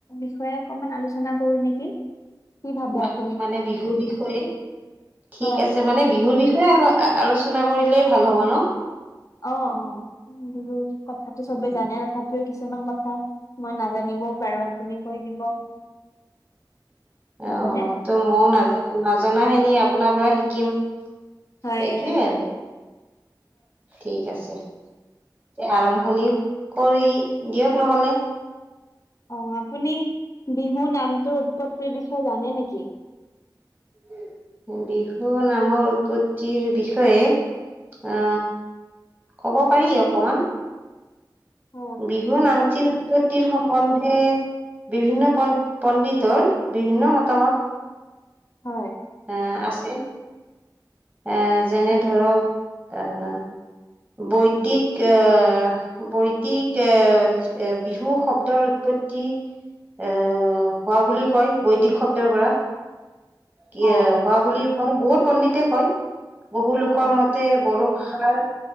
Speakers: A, on the left (about 45°); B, on the right (about 20°).
A: বিষয়ে অকমান আলোচনা কৰো নেকি? কি ভাবে
B: মা-মানে
A: আপুনি
B: বিহুৰ বিষয়ে? ঠিক
A: হয়
B: আছে মানে বিহুৰ বিষয়ে আলোচনা কৰিলেই ভাল হ'ব ন?
A: অ অ উ বহুত কথাাতো চবেই
B: ন
A: জানে তথাপিও কিছুমান কথা মই নাজানিবও পাৰো। আপুনি কৈ দিব।
B: <inaudible> অ
A: হ'বনে?
B: ত মইও নাজ-নজনাখিনি আপোনাৰ পৰা শিকিম।
A: হয়
B: সেইটোৱে
A: হয়।
B: আৰু ঠিক আছে। তে আৰম্ভণি কৰি দিয়ক নহ'লে।
A: অ আপুনি বিহু নামটোৰ উৎপত্তিৰ বিষয়ে জানে নেকি?
B: <inaudible> বিহু নামৰ উৎপত্তিৰ বিষয়ে অ কব পাৰি অকমান।
A: হয়
B: বিহু নামতি
A: কওকচোন।
B: উৎপত্তি উৎপত্তিৰ সম্বন্ধে বিভিন্ন পন-পণ্ডিতৰ বিভিন্ন মতামত
A: হয়।
B: এ আছে। এ যেনে
A: হয়
B: ধৰক আহ বৈদিক আহ বৈদিক এ এ বিহু শব্দৰ উৎপত্তি এ হোৱা বুলি কয়, বৈদিক শব্দৰ পৰা। কি
A: অ।
B: এ হোৱা বুলি মানে বহুত পণ্ডিতে কয়। বহু লোকৰ
A: হয়
B: মতে বড়ো ভাষাৰ